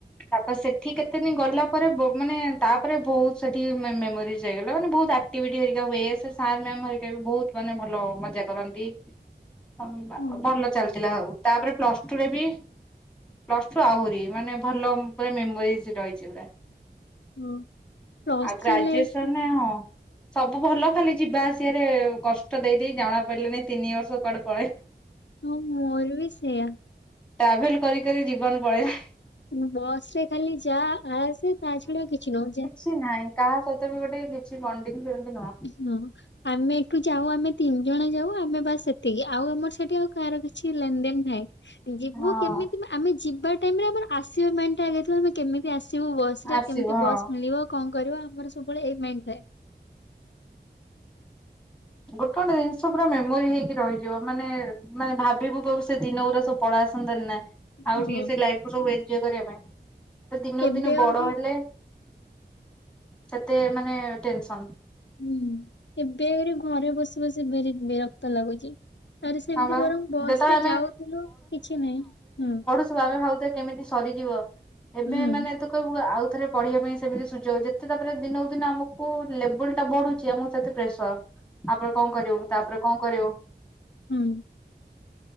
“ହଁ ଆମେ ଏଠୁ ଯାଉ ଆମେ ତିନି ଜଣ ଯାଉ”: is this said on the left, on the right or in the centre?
Left